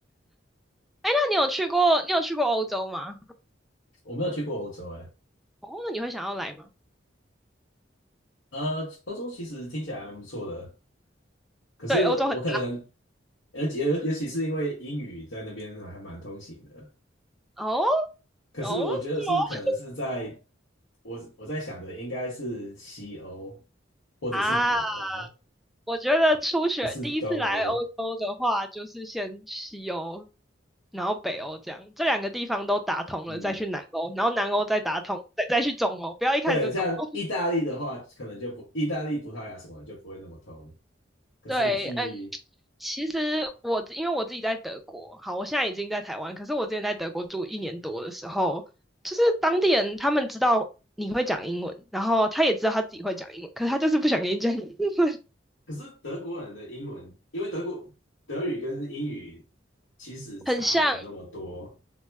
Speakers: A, in the centre; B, on the left.
A: 哎，那你有去过，你有去过欧洲吗？
B: <laughs> 我没有去过欧洲哎，
A: 哦，那你会想要来吗？
B: 呃，欧洲其实听起来还蛮不错的，可是我可能，
A: 对，欧洲很，
B: 而且尤尤其是因为英语在那边还蛮通行的，
A: 哦
B: 可是我觉得是可能是在
A: 哦，是吗？
B: 我我在想的应该是西欧或者是北欧，
A: 啊。我觉得初学第一次来欧洲的话，
B: 不是东欧。
A: 就是先西欧，然后北欧这样，这两个地方都打通了，
B: 嗯，
A: 再去南欧，然后南欧再打通，再再去中欧，不要一开始就中欧。
B: 对，像意大利的话，可能就不，意大利、葡萄牙什么的就不会那么通。
A: <laughs>
B: 可是你去，
A: 对，嗯，其实我因为我自己在德国，好，我现在已经在台湾，可是我之前在德国住一年多的时候，就是当地人他们知道你会讲英文，然后他也知道他自己会讲英文，可是他就是不想跟你讲英文，
B: 可是德国人的英文，因为德国德语跟英语其实差没有那么多，
A: <laughs> 很像，